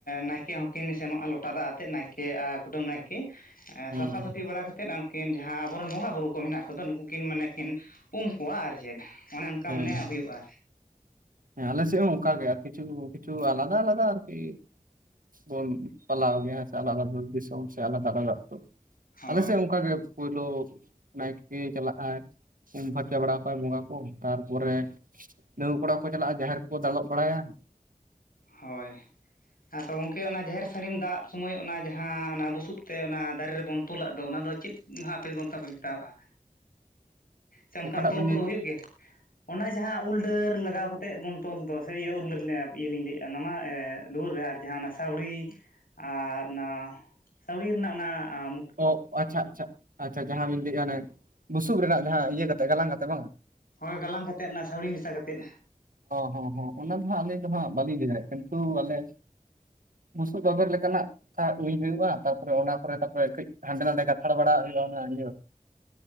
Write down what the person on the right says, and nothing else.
ᱦᱩᱸ
ᱦᱮᱸ
ᱦᱮᱸ ᱟᱞᱮ ᱥᱮᱫ ᱦᱚᱸ ᱚᱱᱠ ᱜᱮ ᱠᱤᱪᱷᱩ ᱠᱤᱪᱷᱩ ᱟᱞᱟᱫᱟ ᱟᱞᱟᱫᱟ ᱟᱨᱠᱤ ᱵᱚᱱ ᱯᱟᱞᱟᱣ ᱜᱮᱭᱟ ᱦᱮᱥᱮ ᱟᱞᱟᱫᱟ ᱟᱞᱟᱫᱟ ᱫᱤᱥᱚᱢ ᱥᱮ ᱟᱞᱟᱫᱟ ᱟᱞᱟᱫᱟ ᱟᱛᱳ
ᱟᱞᱮᱥᱮᱫ ᱚᱱᱠᱟ ᱜᱮ ᱯᱳᱭᱞᱳ ᱱᱟᱭᱠᱮ ᱪᱟᱞᱟᱜ-ᱟᱭ ᱩᱢ ᱯᱷᱟᱨᱪᱟ ᱵᱟᱲᱟ ᱠᱚᱟᱭ ᱵᱚᱸᱜᱟ ᱠᱚ ᱛᱟᱨᱯᱚᱨᱮ ᱰᱟᱺᱜᱽᱣᱟᱹ ᱠᱚᱲᱟ ᱪᱟᱞᱟᱜ-ᱟ ᱡᱟᱦᱮᱨ ᱠᱚ ᱫᱟᱞᱚᱵ ᱵᱟᱲᱟᱭᱟ
ᱚᱠᱟᱴᱟᱜ
ᱵᱤᱱ
ᱚ ᱟᱪᱪᱷᱟ ᱟᱪᱪᱷᱟ ᱟᱪᱪᱷᱟ ᱡᱟᱦᱟᱸ ᱵᱤᱱ ᱞᱟᱹᱭᱮᱫ-ᱟ ᱚᱱᱮ ᱵᱩᱥᱩᱵ ᱨᱮᱱᱟᱜ ᱡᱟᱦᱟᱸ ᱤᱭᱟᱹ ᱠᱟᱛᱮ ᱜᱟᱞᱟᱝ ᱠᱟᱛᱮ ᱵᱟᱝ?
ᱦᱚᱸ ᱦᱚᱸ ᱚᱱᱟ ᱫᱚ ᱦᱟᱸᱜ ᱟᱹᱞᱤᱧ ᱫᱚ ᱦᱟᱸᱜ ᱵᱟᱹᱞᱤᱧ ᱞᱟᱹᱭ ᱫᱟᱲᱭᱟᱜ-ᱟ ᱠᱤᱱᱛᱩ ᱟᱞᱮ ᱵᱩᱥᱩᱵ ᱵᱟᱵᱮᱨ ᱞᱮᱠᱟᱱᱟᱜ ᱩᱧ ᱦᱩᱭᱩᱜ-ᱟ ᱛᱟᱯᱚᱨᱮ ᱚᱱᱟ ᱠᱚᱨᱮ ᱛᱟᱯᱚᱨᱮ ᱠᱟᱹᱡ ᱦᱟᱸᱰᱮ ᱱᱟᱰᱮ ᱜᱟᱛᱷᱟᱲ ᱵᱟᱲᱟᱣᱟᱜ ᱦᱩᱭᱩᱜ-ᱟ ᱚᱱᱟ ᱤᱭᱟᱹ